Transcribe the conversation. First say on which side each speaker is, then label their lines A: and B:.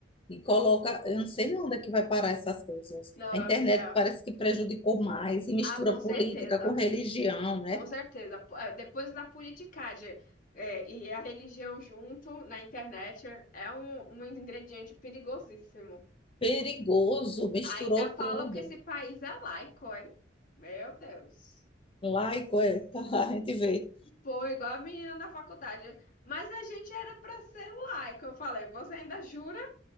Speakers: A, on the left (about 30°); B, on the left (about 45°).
A: e coloca. Eu não sei nem onde é que vai parar essas coisas.
B: Não,
A: A
B: minha
A: internet
B: filha.
A: parece que prejudicou mais e mistura
B: Ah, com certeza.
A: política com religião, né?
B: Com certeza. P- eh, Depois da politicagem, eh, e a religião junto na internet é um, um ingrediente perigosíssimo.
A: Perigoso, misturou
B: Ainda falam
A: tudo.
B: que esse país é laico, hein? Meu Deus.
A: Laico é, <laughs> tá, a gente vê.
B: Pô, igual a menina da faculdade. Mas a gente era para ser laico. Eu falei, você ainda jura